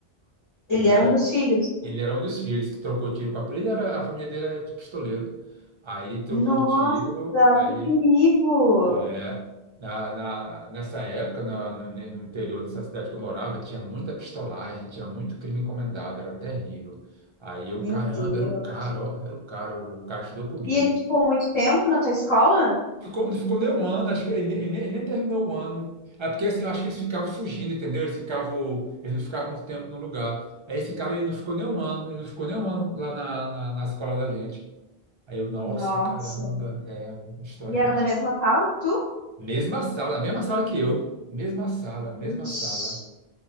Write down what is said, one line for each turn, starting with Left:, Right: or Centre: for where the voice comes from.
Left: Ele
Right: Ele
Left: era
Right: era,
Left: um dos filhos.
Right: ele era um dos filhos que trocou tiro com a polícia. Ele era, a família dele era de pistoleiro. Aí ele trocou
Left: Nossa,
Right: o tiro, aí
Left: que perigo!
Right: é, na, na- nessa época, na- no, no interior dessa cidade que eu morava, tinha muita pistolagem, tinha muito crime encomendado, era terrível. Aí eu,
Left: Meu
Right: caramba,
Left: Deus.
Right: era o cara, ó, era o cara, o cara estudou comigo.
Left: E ele ficou muito tempo na tua escola?
Right: Ficou, ficou nem um ano, acho que ele, nem ele nem- ele nem terminou o ano. É porque assim, eu acho que eles ficavam fugindo, entendeu? Eles ficavam, eles não ficavam muito tempo no lugar. Aí esse cara, ele não ficou nem um ano, ele não ficou nem um ano lá na, na, na escola da gente. Aí eu, nossa,
Left: Nossa.
Right: caramba, é uma história.
Left: E era da mesma sala que tu?
Right: <laughs> Mesma sala, mesma sala que eu. Mesma sala, mesma
Left: Ixi,
Right: sala.